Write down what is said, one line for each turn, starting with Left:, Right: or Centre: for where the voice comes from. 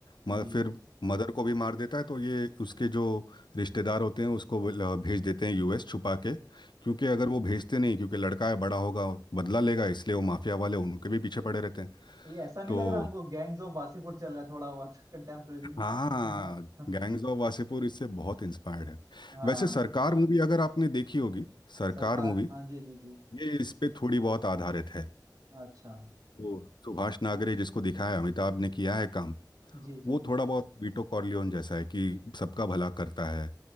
Left: मगर
Right: जी
Left: फिर मदर को भी मार देता है तो ये उसके जो रिश्तेदार होते हैं उसको वो ल- भेज देते हैं यूएस छुपा के क्योंकि अगर वो भेजते नहीं क्योंकि लड़का है बड़ा होगा बदला लेगा इसलिए वो माफिया वाले उनके भी पीछे पड़े रहते हैं
Right: ये ऐसा नहीं
Left: तो
Right: लग रहा हमको गैंग्स ऑफ वासीपुर चल रहा है थोड़ा बहुत कंटेम्प्रेरी <laughs>
Left: हाँ
Right: हाँ
Left: गैंग्स ऑफ वासेपुर इससे बहुत इंस्पायर्ड है
Right: हाँ
Left: वैसे सरकार मूवी अगर आपने देखी होगी सरकार
Right: सरकार
Left: मूवी
Right: हाँ जी जी जी
Left: ये इस पे थोड़ी बहुत आधारित है
Right: अच्छा
Left: वो सुभाष नागरे जिसको दिखाया है, अमिताभ ने किया है काम
Right: जी जी
Left: वो
Right: जी
Left: थोड़ा बहुत वीटो कॉर्लियोन जैसा है कि सबका भला करता है